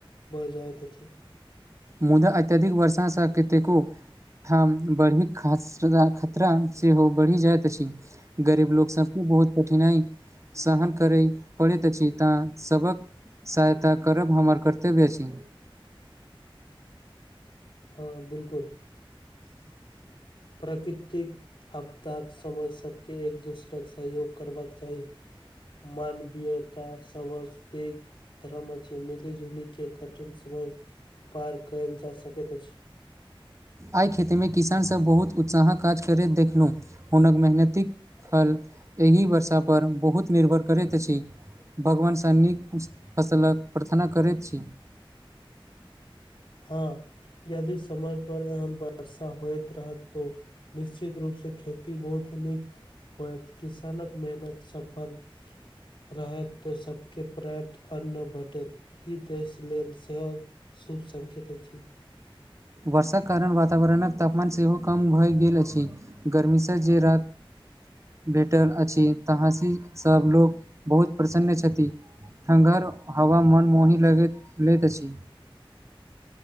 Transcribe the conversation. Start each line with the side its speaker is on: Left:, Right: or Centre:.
Left: भऽ जाइत छै।
Right: मुदा अत्यधिक वर्षासँ कतेको हमठ बढ़ी खतरा सेहो बढ़ि जाइत अछि गरीब लोकोग सभके बहुत कठिना हइ सहन करै पड़ैत अछि तऽ सभ के सहायता करब हमर कर्तव्य अछि।
Left: हँ बिल्कूल
Right: <inaudible>
Left: प्राकृतिक। आप्ताक समय सभके एक दोसरा के सहयोग करबाक चाही। मानवीयता सभसँ पेघ धर्म अछि मिली जुली के कठिन समय पार कयल जा सकैत अछि।
Right: एहिइ खेती मे किसानसभ बहुत उत्साहक काज करैत देखलहुँ हुनक मेहनतीक फल एहि वर्षा पर बहुत निर्भर करैत अछि भगवानसँ नीक फसलकऽ प्रार्थना करैत छी
Left: ह यदि समय पर एहन वर्षा होइत रहत तो निश्चित रूप सँ खेती बहुत नीक। होयत किसानकऽ मेहनत सफल रहैत तो सभके पर्याप्त अन भेटत ई देश लेलऽ सेहो खुब सकेत अछि
Right: वर्षा कऽ कारण वातावरणकऽ तापमान सेहो कम भऽ गेल अछि गर्मीस जे रात भेटल अछि तहसी सभ लोकोग बहुत प्रसन्न छथि ठहर हवा मनमोहि लगैत लैत अछि